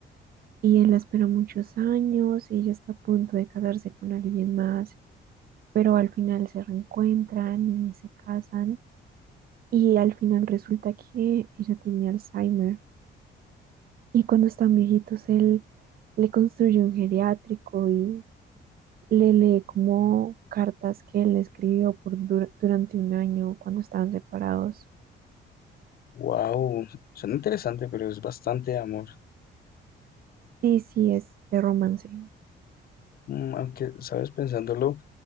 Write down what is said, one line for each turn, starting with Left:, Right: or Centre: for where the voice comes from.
Right: y él la espera muchos años y ella está a punto de casarse con alguien más, pero al final se reencuentran y se casan y al final resulta que ella tiene Alzheimer y cuando están viejitos él le construye un geriátrico y le lee como cartas que él escribió por dur- durante un año cuando estaban separados.
Left: Wow, suena interesante, pero es bastante amor.
Right: Sí, sí, es de romance.
Left: Mm, aunque, sabes, pensándolo,